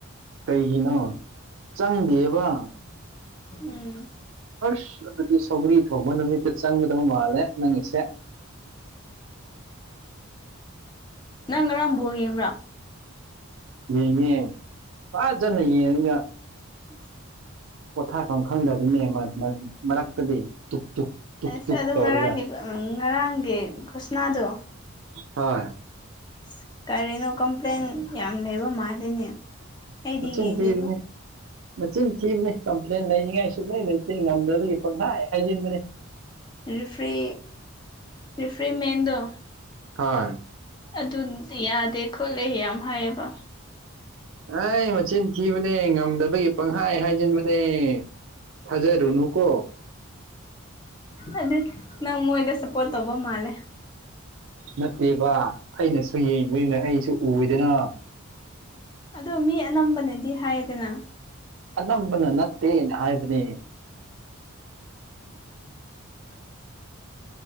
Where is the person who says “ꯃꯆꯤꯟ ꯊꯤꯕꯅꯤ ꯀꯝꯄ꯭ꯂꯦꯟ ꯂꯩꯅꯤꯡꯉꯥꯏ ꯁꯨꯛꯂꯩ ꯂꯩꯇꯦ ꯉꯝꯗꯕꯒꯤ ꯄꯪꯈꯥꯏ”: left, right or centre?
Right